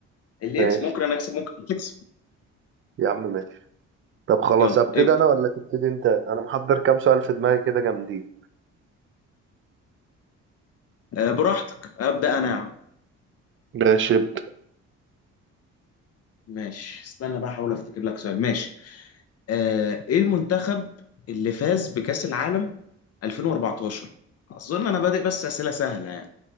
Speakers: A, on the left; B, on the right.
A: اللي
B: ماشي
A: يكسب ممكن انا اكسب ممكن انت تكسب
B: يا عم ماشي طب خلاص
A: يلا
B: ابتدي
A: ابدا
B: انا ولا تبتدي انت انا محضر كام سؤال في دماغي كده جامدين
A: آه براحتك ابدا انا يا عم
B: ماشي ابدأ.
A: ماشي استنى بقى احاول افتكر لك سؤال ماشي آه ايه المنتخب اللي فاز بكأس العالم 2014 اظن انا بادئ بس اسئله سهله يعني